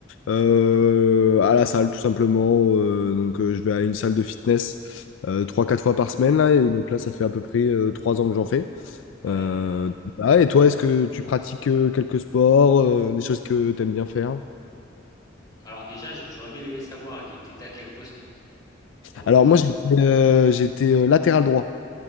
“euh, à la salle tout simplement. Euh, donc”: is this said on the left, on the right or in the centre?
Left